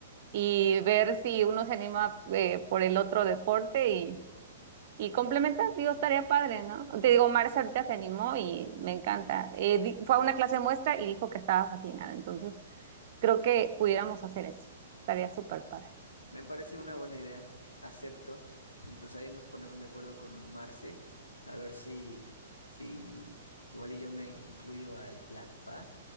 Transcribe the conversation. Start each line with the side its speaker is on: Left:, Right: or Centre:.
Right: y ver si uno se anima eh, por el otro deporte y, y complementar. Digo, estaría padre, ¿no? Te digo, Marcia ahorita se animó y me encanta. Eh, di- fue a una clase de muestra y dijo que estaba fascinada. Entonces, creo que pudiéramos hacer eso. Estaría súper padre.
Left: me parece una buena idea, acepto. Y pues ahí nos ponemos de acuerdo con Marce, a ver si, si igual y yo me incluyo al plan, ¿va?